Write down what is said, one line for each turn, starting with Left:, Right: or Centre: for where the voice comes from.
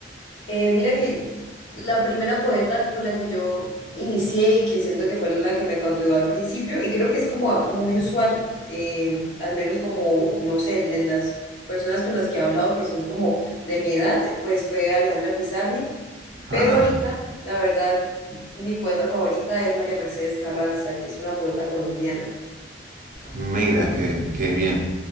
Left: Eh, mira que la primera poeta con la que yo inicié y que siento que fue la que me cautivó al principio, y creo que es como muy usual, eh, al menos como, no sé, en, en las personas con las que he hablado que son como de mi edad, pues fue Alejandra Pizarnik, pero
Right: Ah.
Left: ahorita, la verdad, mi poeta favorita es María Mercedes Carranza, que es una poeta colombiana.
Right: Mira, qué, qué bien,